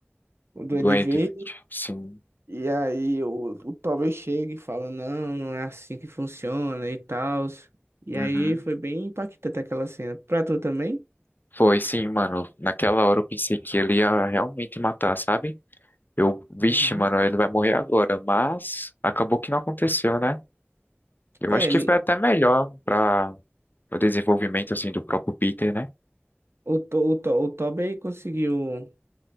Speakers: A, on the right; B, on the left.
A: o Duende
B: Doente,
A: Verde.
B: sim.
A: E aí o, o Toby chega e fala, não, não é assim que funciona e tal. E
B: Uhum.
A: aí foi bem impactante aquela cena. Pra tu também?
B: Foi sim, mano. Naquela hora eu pensei que ele ia realmente matar, sabe? Eu, vixe,
A: Uhum.
B: mano, ele vai morrer agora, mas acabou que não aconteceu, né? Eu
A: É,
B: acho que
A: ele,
B: foi até melhor para o desenvolvimento assim do próprio Peter, né?
A: o, To- o, To- o Toby conseguiu